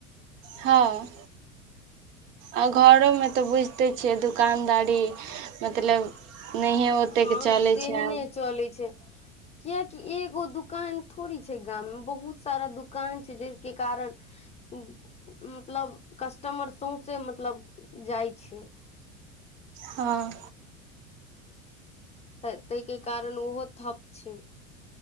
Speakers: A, on the right; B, on the left.
A: हँ आ घरोमे तऽ बुझिते छियै दोकानदारी मतलब नहिेए ओतेक
B: हँ
A: के चलैत छै आब
B: चलै छै कियकि एगो दुकान थोड़ी छै गाम मे बहुत सारा दुकान छै जैके कारण मतलब कस्टमर सौंसे मतलब जाइ छै
A: हँ
B: तऽ तै के कारण ओहो ठप छै